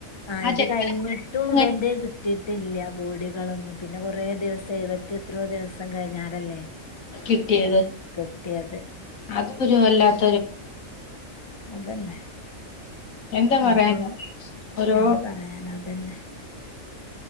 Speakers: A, on the left (about 30°); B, on the left (about 75°).
A: ആ ഇത്
B: ചെക്കനെ
A: കഴിഞ്ഞിട്ടും
B: കുറെ ദിവസം
A: ഇവന്റെ
B: കഴിഞ്ഞ്
A: കിട്ടിയിട്ടില്ല ബോഡികളൊന്നും പിന്നെ കുറേ ദിവസം എഴുപത്തി എത്രയോ ദിവസം കഴിഞ്ഞാലല്ലേ
B: കിട്ടിയത്
A: കിട്ടിയത്.
B: അതൊക്കൊരു വല്ലാത്ത
A: അതന്നെ
B: എന്താ
A: ഓരോ
B: പറയാന ഓരോ
A: എന്ത് പറയാന അതന്നെ